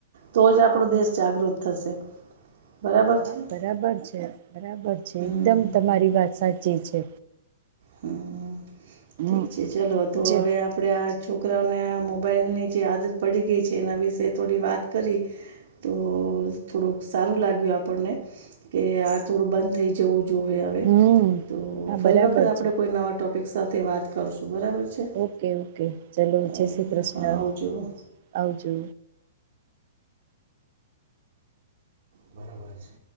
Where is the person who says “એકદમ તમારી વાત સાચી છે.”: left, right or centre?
Right